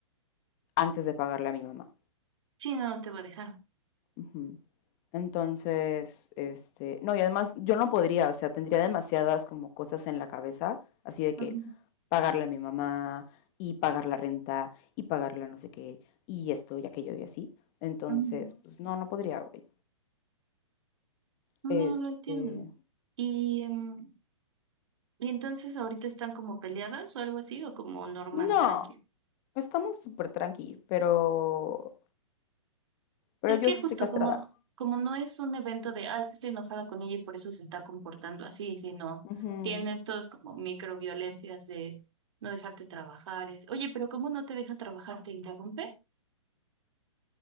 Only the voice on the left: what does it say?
antes de pagarle a mi mamá.
Ujú. Entonces, este, no, y además yo no podría, o sea, tendría demasiadas como cosas en la cabeza, así de que
pagarle a mi mamá y pagar la renta y pagarle a no sé qué y esto y aquello y así. Entonces,
pues no, no podría, güey.
Este,
no,
estamos súper tranqui, pero, pero
yo
sí
estoy castrada.
Ujú.